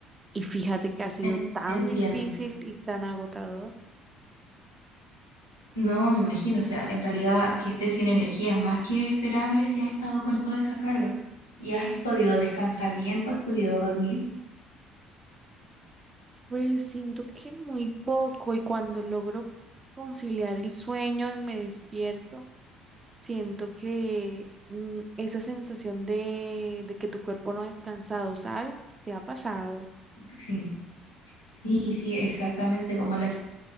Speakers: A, on the right; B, on the left.
A: Y fíjate que ha sido
B: en-
A: tan
B: entiendo.
A: difícil y tan agotador
B: No, me imagino, o sea, en realidad que estés sin energía es más que esperable si has estado con toda esa carga y has podido descansar bien, pues has podido dormir.
A: Pues siento que muy poco y cuando logro conciliar el sueño y me despierto, siento que mm, esa sensación de, de que tu cuerpo no ha descansado, ¿sabes? ¿Te ha pasado?
B: Sí, sí, sí, exactamente, como la